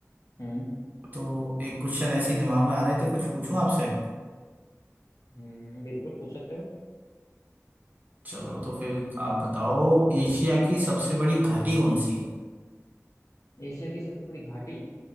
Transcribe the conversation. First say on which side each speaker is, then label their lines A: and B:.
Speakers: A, on the left; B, on the right.
A: हम्म
B: तो एक क्वेश्चन ऐसे ही दिमाग में आ रहे थे कुछ पूछूं आपसे
A: हम्म बिल्कुल पूछ सकते हो
B: चलो तो फिर आप बताओ एशिया की सबसे बड़ी घाटी कौन सी है
A: एशिया की सबसे बड़ी घाटी